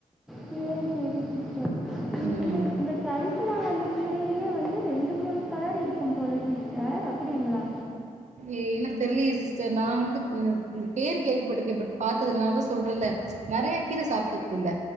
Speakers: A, in the centre; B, on the right.
A: சேரி சேரி சிஸ்டர்
B: ம்
A: இந்த இந்த கரிசலாங்கண்ணி கீரையிலயே வந்து ரெண்டு மூனு கலர் இருக்கும் போல சிஸ்டர் அப்டிங்களா
B: ஏ எனக்கு தெரியலேயே சிஸ்டர் நா வந்து அ பேர் கேள்விப்பட்டிருக்கே பட் பாத்ததுல்ல நா தா சொல்றேல நெறைய கீர சாப்ட்டது இல்ல